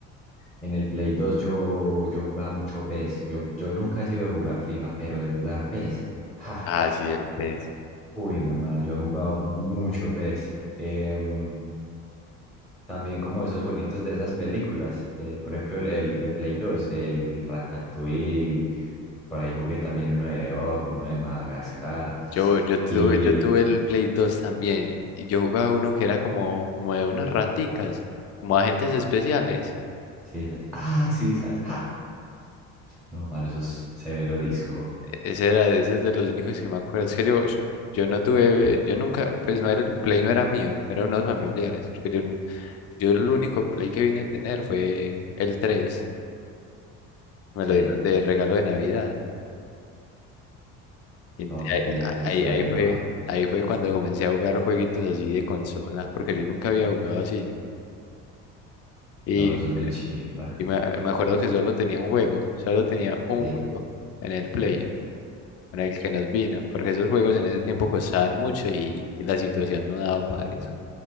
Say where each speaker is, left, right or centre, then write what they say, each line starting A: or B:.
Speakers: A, in the centre; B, on the left.
A: En el Play 2 yo, yo jugaba mucho PES. Yo, yo nunca he sido de jugar FIFA, pero de jugar PES. ¡Ja!
B: Ah, sí, el PES.
A: Uy, no, mano, yo he jugado mucho PES. Em, también como esos jueguitos de esas películas, eh, por ejemplo, el, el de Play 2 el Ratatouille, Por ahí jugué también uno de Op, uno de Madagascar.
B: Yo, yo tuve,
A: Y.
B: yo tuve el Play 2 también. Y y yo jugaba uno que era como, como de unas raticas, como agentes especiales.
A: Sí, esas. Ah, sí, esas. ¡Ja! No, mano, eso es severo disco.
B: Ese era, ese es de los únicos que me acuerdo. Es que yo, yo no tuve, yo nunca, pues no era, el Play no era mío, eran unos familiares. Porque yo, yo el único Play que vine a tener fue el tres Me
A: Sí.
B: lo dieron de regalo de Navidad. Y ent-
A: No, ese
B: ahí,
A: Play tres también
B: ahí, ahí fue,
A: va.
B: ahí fue cuando comencé a jugar jueguitos así de consola, porque yo nunca había jugado así. Y,
A: No, eso es muy chimba.
B: y me, me acuerdo que solo tenía un juego, solo tenía un
A: Sí.
B: juego en el Play, con el que nos vino, porque esos juegos en ese tiempo costaban mucho y, y la situación no daba para eso.